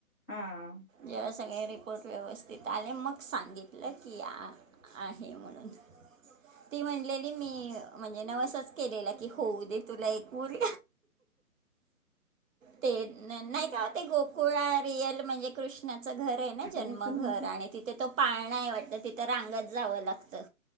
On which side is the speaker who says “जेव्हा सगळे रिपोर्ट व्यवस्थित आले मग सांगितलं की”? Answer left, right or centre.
Right